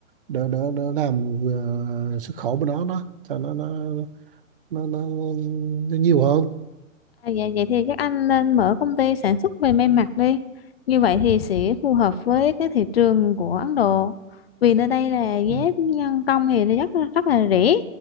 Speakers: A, on the right; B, on the left.
A: để để, để làm ờ, xuất khẩu bên đó đó cho nó nó nó nó, nó nhiều hơn
B: à, dạ vậy thì các anh nên mở công ty sản xuất về may mặc đi như vậy thì sẽ phù hợp với cái thị trường của Ấn Độ vì nơi đây là giá
A: Ừm,
B: nhân công thì nó rất rất là rẻ